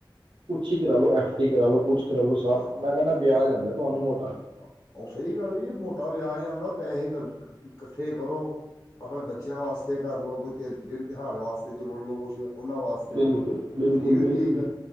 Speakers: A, on the right; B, on the left.
A: ਕੁਛ ਹੀ ਕਰਾ ਲੋ ਐਫ ਡੀ ਕਰਾ ਲ ਲੋ ਕੁਛ ਕਰਾ ਲ ਲੋ ਸਰ
B: ਆ- ਆ-
A: ਮੈਂ ਕਹਿੰਦਾ ਵਿਆਹ
B: ਆ-
A: ਜਾਂਦਾ ਤੁਹਾਨੂੰ ਮੋਟਾ
B: ਆ- ਉਹ ਸਹੀ ਗੱਲ ਜੀ ਮੋਟਾ ਵਿਆਹ ਜਾਂਦਾ ਪੈਸੇ ਕ ਇਕੱਠੇ ਕਰੋ ਆਪਣੇ ਬੱਚਿਆਂ ਵਾਸਤੇ ਕਰਲਓ ਕੋਈ ਤੇ ਦਿਨ ਤਿਉਹਾਰ ਵਾਸਤੇ ਜੋੜ ਲੋ ਕੁਛ ਉਹਨਾਂ ਵਾਸਤੇ
A: ਬਿਲਕੁਲ ਬਿਲਕੁਲ
B: ਠੀਕ ਨੀ
A: ਬਿਲਕੁਲ
B: ਠੀਕ